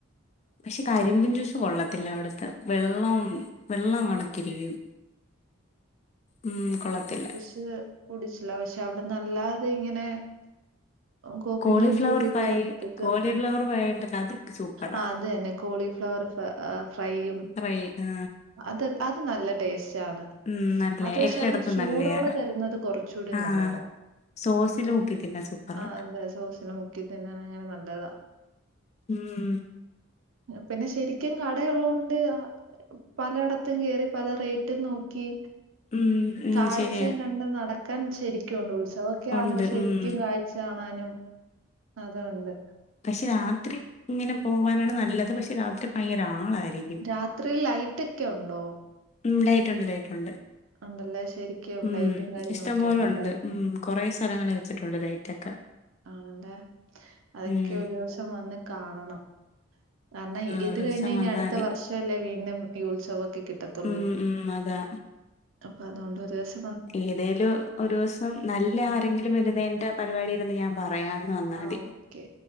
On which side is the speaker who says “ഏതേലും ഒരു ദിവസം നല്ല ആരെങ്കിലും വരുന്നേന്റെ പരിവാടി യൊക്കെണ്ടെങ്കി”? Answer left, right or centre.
Left